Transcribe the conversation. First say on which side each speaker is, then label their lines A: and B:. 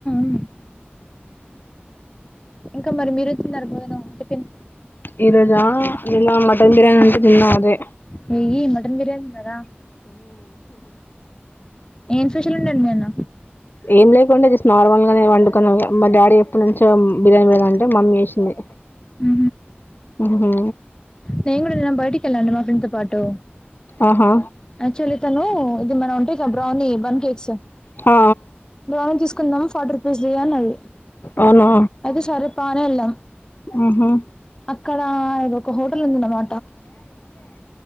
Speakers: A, on the left (about 20°); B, on the left (about 55°).
A: ఉ ఇంక మరి మీరు తిన్నారా భోజనం టిఫిన్?
B: ఈ రోజా నిన్న మటన్ బిర్యానీ ఉంటే తిన్న అదే.
A: నెయ్యి మటన్ బిర్యానీ తిన్నారా? ఏం స్పెషల్ ఉండండి మేన్న
B: ఏం లేకుండే, జస్ట్ నార్మల్ గానే వండుకున్నా, మా డాడీ ఎప్పనుంచో బిర్యానీ పెడ మమ్మీ చేసింది
A: ఉ
B: ఉహు హు
A: నేన్ కూడా బయటికిళ్లా అండి మా ఫ్రెడ్స్తో పాటు
B: ఆహా
A: అక్చుఅల్లీ తనూ ఇది మనవంటే ఇక బ్రౌనీ బన్ కేక్స్
B: హ ఆ
A: దోర తీసుకుందాం ఫార్టీ రూపీస్ తీయ్ అన్నది,
B: అవునా
A: అయితే సరే పా అని ఎల్నం.
B: ఉహు
A: అక్కడా ఏదొక హోటల్ ఉందన్నమా